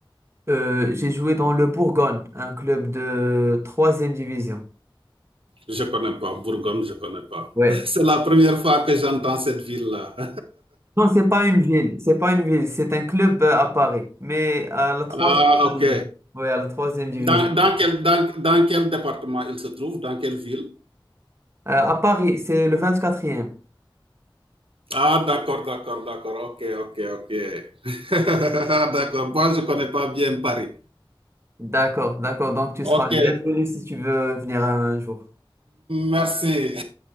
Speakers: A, on the right (about 30°); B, on the right (about 85°).
A: Euh, j'ai joué dans le Bourgogne, un club de troisième division.
B: Je ne connais pas. Bourgogne, je ne connais pas.
A: Ouais.
B: <laughs> C'est la première fois que j'entends cette ville-là. <laughs>
A: Non, c'est pas une ville, c'est pas une ville, c'est un club euh, à Paris, mais à la troisième
B: Ah,
A: division.
B: ok.
A: Oui, à la troisième division.
B: Dans, dans quel, dans, dans quel département il se trouve Dans quelle ville
A: Euh, à Paris, c'est le vingt-quatrième.
B: Ah, d'accord, d'accord, d'accord. Ok, ok, ok. <laughs> d'accord. Moi, je ne connais pas bien Paris.
A: D'accord, d'accord. Donc tu
B: Ok,
A: seras bienvenu si tu veux venir un jour.
B: Merci,